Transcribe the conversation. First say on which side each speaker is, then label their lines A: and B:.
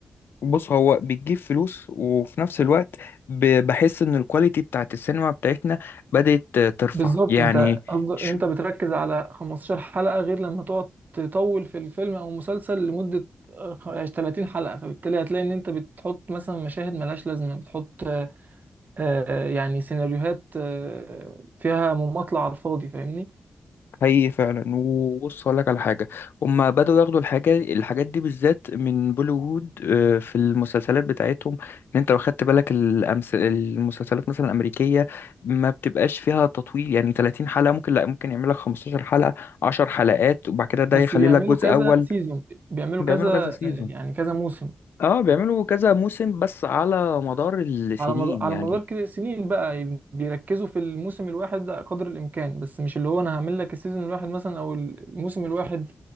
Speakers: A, on the left; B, on the right.
A: بص هو بتجيب فلوس وفي نفس الوقت ب- بحس ان الكواليتي بتاعت السينما بتاعتنا بدأت ترفع
B: بالظبط
A: يعني
B: انت قصدك
A: ش-
B: انت بتركز على 15 حلقة غير لما تقعد تطول في الفيلم او مسلسل لمدة آه، خ- 30 حلقة فبالتالي هتلاقي ان انت بتحط مثلا مشاهد ملهاش لازمة بتحط آه، آه، يعني سيناريوهات آه، فيها مماطلة على الفاضي فاهمني
A: حقيقي فعلا وبص هقول لك على حاجه هما بدأوا ياخدوا الحاجه الحاجات دي بالذات من بوليوود آه، في المسلسلات بتاعتهم ان انت لو خدت بالك الأمس... المسلسلات مثلا الامريكيه ما بتبقاش فيها تطويل يعني 30 حلقه ممكن لا ممكن يعمل لك 15 حلقه 10 حلقات وبعد كده ده
B: بس
A: يخلي
B: بيعملوا
A: لك جزء
B: كذا
A: اول
B: سيزون بيعملوا
A: بيعملوا
B: كذا
A: كذا سيزون
B: آه، يعني كذا موسم
A: اه بيعملوا كذا موسم بس على مدار السنين
B: على مدار على
A: يعني
B: مدار كده سنين بقى يعني بيركزوا في الموسم الواحد ده قدر الامكان بس مش اللي هو انا هعمل لك السيزون الواحد مثلا او الموسم الواحد